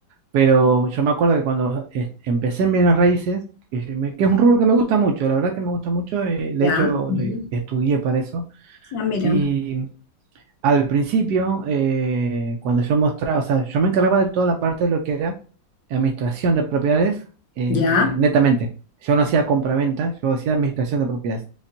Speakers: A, on the right (about 70°); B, on the left (about 75°).
A: Pero yo me acuerdo que cuando eh, empecé en bienes raíces, que, se me- que es un rubro que me gusta mucho, la verdad que me gusta mucho, eh, de
B: Ya,
A: hecho
B: ujú.
A: le- estudié para eso.
B: Ah, mira,
A: Y al principio, eh, cuando yo mostraba, o sea, yo me encargaba de toda la parte de lo que era administración de propiedades, eh,
B: ya.
A: netamente. Yo no hacía compraventa, yo hacía administración de propiedades.